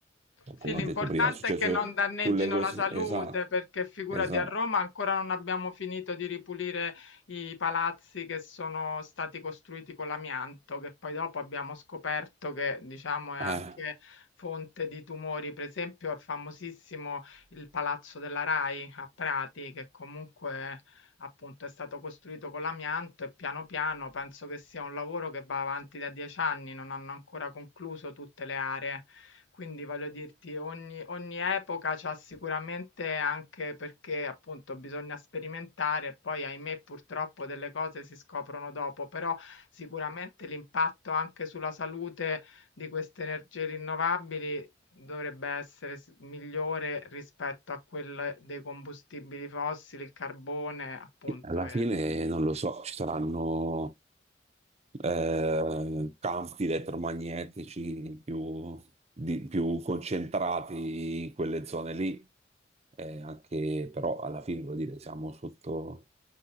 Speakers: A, on the left; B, on the right.
A: Sì,
B: come
A: l'importante
B: ho detto prima, è successo
A: è che non danneggino
B: sulle cose,
A: la salute,
B: esatto,
A: perché figurati
B: esatto.
A: a Roma ancora non abbiamo finito di ripulire i palazzi che sono stati costruiti con l'amianto, che poi dopo abbiamo scoperto che, diciamo, è anche
B: Eh.
A: fonte di tumori. Per esempio, è famosissimo il palazzo della Rai a Prati, che comunque appunto è stato costruito con l'amianto e piano piano penso che sia un lavoro che va avanti da dieci anni, non hanno ancora concluso tutte le aree. Quindi voglio dirti, ogni, ogni epoca c'ha sicuramente anche perché appunto bisogna sperimentare e poi ahimè purtroppo delle cose si scoprono dopo, però sicuramente l'impatto anche sulla salute di queste energie rinnovabili dovrebbe essere s- migliore rispetto a quelle dei combustibili fossili, il carbone, appunto.
B: Alla
A: E...
B: fine non lo so, ci saranno eh, campi elettromagnetici più, di- più concentrati in quelle zone lì, Eh, anche però alla fine vuol dire siamo sotto,